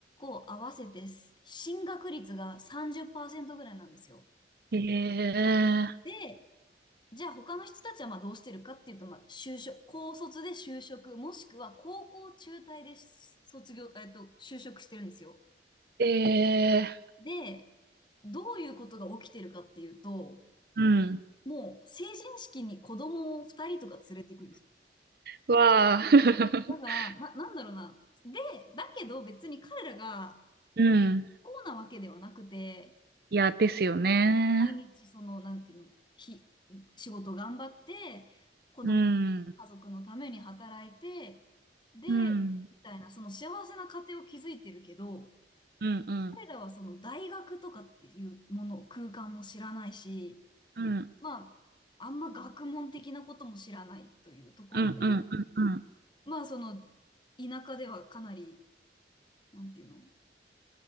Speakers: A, on the left (about 25°); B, on the right (about 55°).
A: 学校合わせて進学率が30%ぐらいなんですよ。
B: へえ。
A: で、じゃあ他の人たちはまあどうしてるかっていうと、まあ、就職、高卒で就職、もしくは高校中退で卒業、えっと、就職してるんですよ。
B: ええ。
A: で、どういうことが起きてるかっていうと、
B: うん。
A: もう成人式に子供を2人とか連れてくるんです
B: わあ。<laughs>
A: よ。だから、な、なんだろうな。で、だけど別に彼らが
B: うん。
A: こうなわけではなくて、
B: いや、ですよね。
A: 毎日その、なんていうの、ひ、仕事頑張って、子供、
B: うん。
A: 家族のために働いて、で、
B: うん。
A: みたいな、その幸せな家庭を築いてるけど、
B: うん、うん。
A: 彼らはその大学とかっていうもの、空間も知らないし、
B: うん。
A: まあ、あんま学問的なことも知らないというところで、
B: うん、うん、うん、うん。
A: まあ、その、田舎ではかなり、なんていうの、